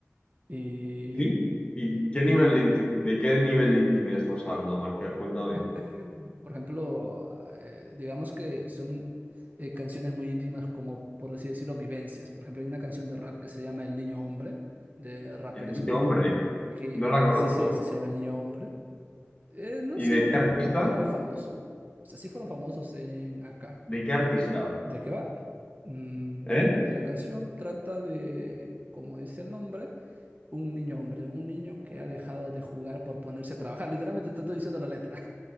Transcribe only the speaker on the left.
¿Sí? ¿Y qué
nivel de,
inti- de qué nivel de intimidad estamos hablando, Marcial? Cuéntame.
El niño,
hombre,
no la conozco.
¿Y
de
qué
artista?
¿De qué artista?
¿Eh?